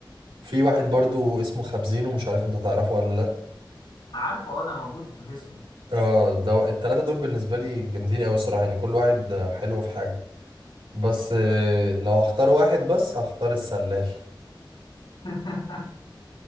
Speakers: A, on the right; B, on the left.
A: في واحد برضو اسمه خبزينو مش عارف انت تعرفه ولا لا
B: عارفه اه ده موجود في فيصل
A: اه ده التلاتة دول بالنسبة لي جامدين قوي الصراحة يعني كل واحد آه، حلو في حاجة بس آه، لو هختار واحد بس هختار السلال
B: <laughs>